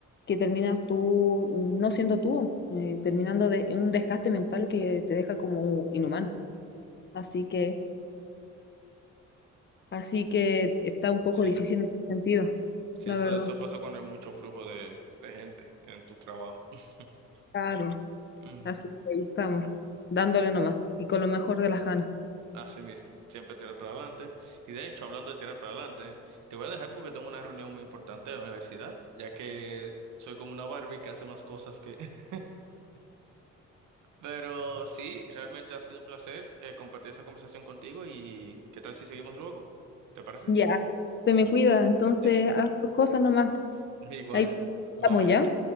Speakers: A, on the left (about 35°); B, on the right (about 75°).
A: que terminas tú no siendo tú, eh, terminando de en un desgaste mental que te deja como inhumano. Así que, así que está un poco
B: Sí,
A: difícil en ese sentido,
B: sí,
A: la
B: eso,
A: verdad.
B: eso pasa cuando hay mucho flujo de, de gente en tu trabajo. <laughs>
A: Claro,
B: Mm.
A: así que ahí estamos, dándole nomás y con lo mejor de las ganas.
B: Así mismo, siempre tirar para adelante. Y de hecho, hablando de tirar para adelante, te voy a dejar porque tengo una reunión muy importante de la universidad, ya que soy como una Barbie que hace más cosas que... <laughs> Pero sí, realmente ha sido un placer eh, compartir esta conversación contigo y qué tal si seguimos luego, ¿te parece?
A: Ya, se me cuida, entonces
B: Sí,
A: haz tus cosas nomás.
B: <laughs> igual,
A: Ahí
B: bye
A: estamos
B: bye.
A: ya.